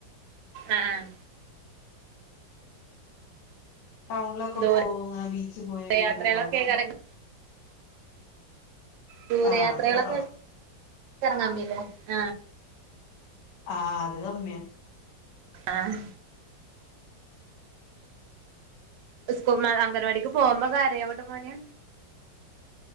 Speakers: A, on the right; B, on the left.
A: അ ആഹ്
B: ടൗണ്ലൊക്കെ
A: ദൂര
B: പോവൂ, ആ ബീച്ച് പോയി വരുന്നല്ലാതെ
A: യാത്രകളൊക്കെ കറങ്ങി ദൂരയാത്രകളൊക്കെ
B: ആഹ് അത് കൊറവാ
A: <unintelligible> പർഞ്ഞീലെ, ആഹ്
B: ആഹ് അത് കമ്മ്യാ.
A: ആഹ് സ്കൂ മഴ അംഗൻവാടീക്ക് പോകുമ്പൊ കരയാവ്ട്ടൊ മോന്